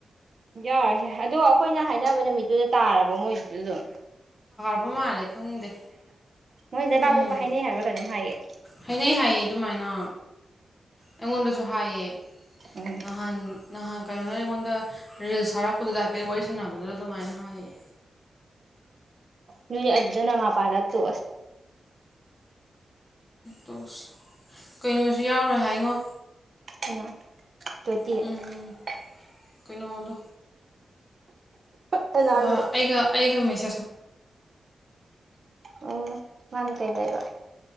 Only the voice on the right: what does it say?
ꯌꯥꯔꯁꯦ ꯑꯗꯣ ꯑꯩꯈꯣꯏꯅ ꯍꯥꯏꯅꯕ ꯅꯨꯃꯤꯠꯇꯨꯗ ꯇꯥꯔ ꯄꯣ ꯃꯣꯢꯗꯨ ꯑꯗꯨꯗꯨ
ꯃꯣꯏ ꯂꯩꯕꯥꯛ
ꯄꯣꯛꯄ ꯍꯥꯏꯅꯩ ꯍꯥꯏꯕꯥ ꯀꯩꯅꯣꯝ ꯍꯥꯏꯌꯦ
ꯎꯝ
ꯅꯣꯢꯗꯤ ꯑꯗꯨꯗ ꯅꯃꯥ ꯄꯜꯂ ꯇꯣ
ꯀꯅꯥ <unintelligible>
ꯀꯅꯥꯅꯣ
ꯑꯣ ꯃꯥꯅ ꯀꯩ ꯂꯩꯕ